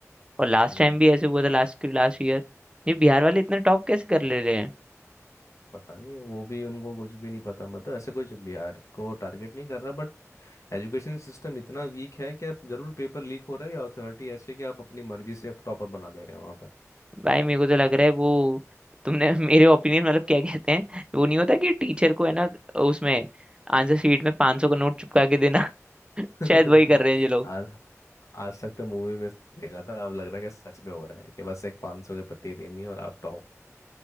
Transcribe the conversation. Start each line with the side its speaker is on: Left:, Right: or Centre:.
Right: और लास्ट
Left: हम्म
Right: टाइम भी ऐसे हुआ था लास्ट लास्ट ईयर ये बिहार वाले इतना टॉप कैसे कर ले रहे हैं
Left: पता नहीं वो भी उनको कुछ भी नहीं पता मतलब ऐसे कुछ बिहार को टारगेट नहीं कर रहा बट एजुकेशन सिस्टम इतना वीक है कि आप जरूर पेपर लीक हो रहा है या अथॉरिटी ऐसे कि आप अपनी मर्जी से आप टॉपर बना दे रहे हो वहाँ
Right: भाई मेरे को तो लग रहा है वो तुमने <laughs> मेरे ओपिनियन मतलब क्या कहते हैं वो नहीं होता कि टीचर को है ना उसमें आंसर शीट में 500 का नोट चिपका के देना <laughs>
Left: <laughs>
Right: शायद वही कर रहे हैं ये
Left: आज आज तक तो मूवी में देखा था अब लग रहा है कि सच में हो रहा है कि बस एक 500 की पत्ती देनी है और आप टॉप